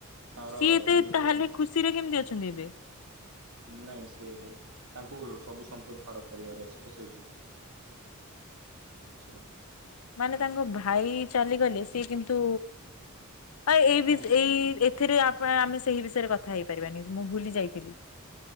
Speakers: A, on the right (about 80°); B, on the left (about 80°).
A: ତାର
B: ସିଏ ଏବେ
A: ଲିଭର
B: ତାହେଲେ
A: କ୍ୟାନ
B: ଖୁସିରେ କେମତି ଅଛନ୍ତି ଏବେ?
A: ନାଇଁ ସିଏ ତାଙ୍କୁ ସବୁ ସମ୍ପ ଝାଡ କରିବାର ଅଛି ତ ସେଇ ଯୋଉ ତ ସେରା
B: ମାନେ ତାଙ୍କ ଭାଇ ଚାଲିଗଲେ ସିଏ କିନ୍ତୁ ଆ ଏଇ
A: ନାଇଁ
B: ବିସ୍ ଏଇ ଏ ଏଥିରେ ଆ ପାଇଁ ଆମେ ସେହି ବିଷୟରେ କଥା ହେଇପାରିବାନି ମୁଁ ଭୁଲିଯାଇଥିଲି।